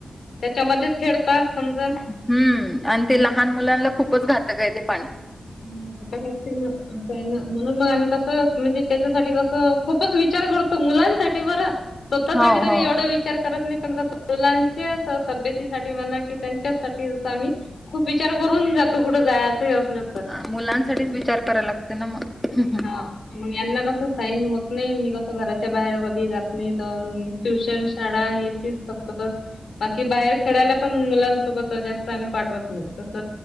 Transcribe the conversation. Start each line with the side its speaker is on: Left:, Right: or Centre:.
Left: त्याच्यामध्येच खेळतात. समजा
Centre: हम्म
Left: हम्म
Centre: आणि ते लहान मुलांना खूपच घातक आहे. ते पाणी
Left: <inaudible> असय ना, म्हणून आम्ही कसं म्हणजे त्याच्यासाठी कस, खूपच विचार करून मुलांसाठी बरं, स्वतःसाठी
Centre: हो
Left: तरी
Centre: हो
Left: एवढं विचार करत नाही, पण मुलांच्या तब्येतीसाठी म्हणा की, त्यांच्यासाठीच आम्ही खूप विचार करून जातो. कुठं जायचं असल,
Centre: अ, मुलांसाठीच विचार करायला लागतयं. ना मग हम,
Left: हा मग यांना कसं साईन होत नाही, मी कसं घराच्या बाहेर कधी जात नाही, पण ट्युशन शाळा हे ती फक्त बस बाकी बाहेर खेळायला, पण मुलांसोबत जास्त आम्ही पाठवत नाही तस